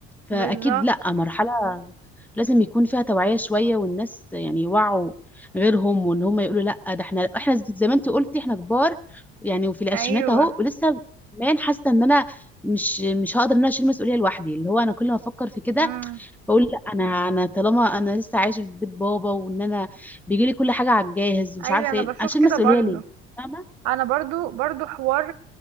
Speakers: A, in the centre; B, on the right.
A: فاكيد
B: بالظبط
A: لا مرحله لازم يكون فيها توعيه شويه والناس يعني يوعوا غيرهم وان هم يقولوا لا ده احنا احنا زي ما انت قلتي احنا كبار يعني وفي العشرينات
B: ايوه
A: اهو ولسه كمان حاسه ان انا مش مش هقدر ان انا اشيل مسؤوليه لوحدي اللي هو انا كل ما افكر في كده
B: امم
A: بقول لا انا انا طالما انا لسه عايشه في بيت بابا وان انا بيجي لي كل حاجه على الجاهز ومش
B: ايوه
A: عارفه
B: انا
A: ايه
B: بشوف
A: اشيل
B: كده
A: مسؤوليه
B: برضو
A: ليه فاهمه
B: انا برضو برضو حوار